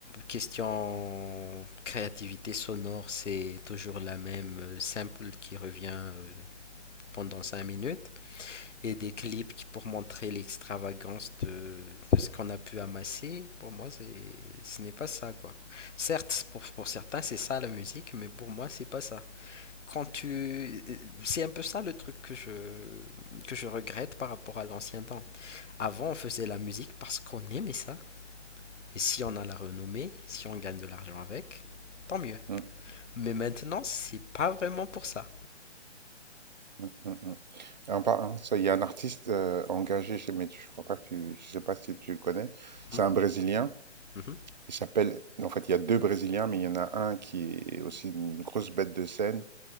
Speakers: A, on the left; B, on the right.
A: question créativité sonore, c'est toujours la même euh, simple qui revient euh, pendant 5 minutes et des clips qui- pour montrer l'extravagance de, de ce qu'on a pu amasser, pour moi, c'est, ce n'est pas ça, quoi. Certes, pour, pour certains, c'est ça la musique, mais pour moi, c'est pas ça. Quand tu... euh, C'est un peu ça le truc que je, que je regrette par rapport à l'ancien temps. Avant, on faisait la musique parce qu'on aimait ça. Et si on a la renommée, si on gagne de l'argent avec, tant mieux.
B: Mmh.
A: Mais maintenant, c'est pas vraiment pour ça.
B: Mmh, mmh, mmh. mmh. Ah, pas- hein, ça, il y a un artiste euh, engagé chez, mais tu- je crois pas que tu, je sais pas si tu le connais. C'est
A: Mhm,
B: un Brésilien.
A: mhm,
B: Il s'appelle, en fait, il y a deux Brésiliens, mais il y en a un qui est aussi une grosse bête de scène.